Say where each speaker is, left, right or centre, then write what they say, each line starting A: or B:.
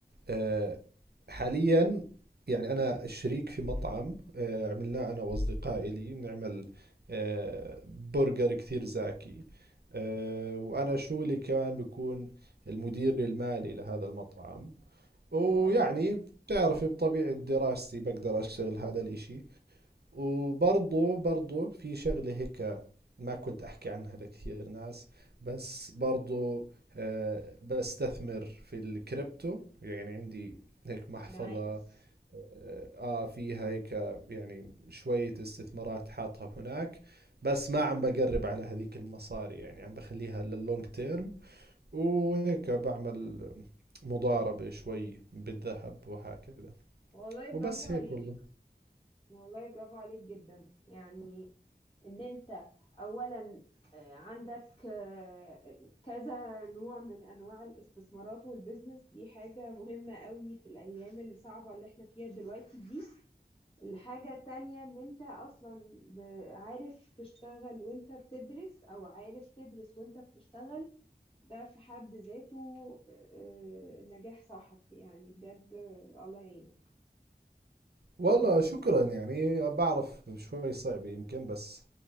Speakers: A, on the right (about 75°); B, on the left (about 35°).
A: آه، حاليا يعني انا شريك في مطعم آه، عملناه انا واصدقائي لي بنعمل آه، برجر كثير زاكي آه، وانا شغلي كمان بكون المدير المالي لهذا المطعم ويعني
B: حلو قوي
A: بتعرفي بطبيعة دراستي بقدر أشتغل هذا الإشي وبرضه برضه في شغلة هيك ما كنت أحكي عنها لكثير ناس بس برضو آه، بستثمر في الكريبتو يعني عندي هيك محفظة
B: نايس
A: آه آه، فيها هيك يعني شوية استثمارات حاطها هناك بس ما عم بقرب على هذيك المصاري يعني عم بخليها لللونج تيرم وهيك بعمل مضاربة شوي بالذهب وهكذا
B: والله برافو
A: وبس
B: عليك
A: هيك والله
B: والله برافو عليك جدا يعني ان انت اولا آه، عندك آه، كذا نوع من انواع الاستثمارات والبزنس دي حاجة مهمة قوي في الايام الصعبة اللي احنا فيها دلوقتي دي الحاجة التانية ان انت اصلا ب- عارف تشتغل وانت بتدرس او عارف تدرس وانت بتشتغل ده في حد ذاته آه، آه، نجاح ساحق يعني بجد آه، الله يعينك
A: والله شكرا يعني بعرف شوي صعب يمكن بس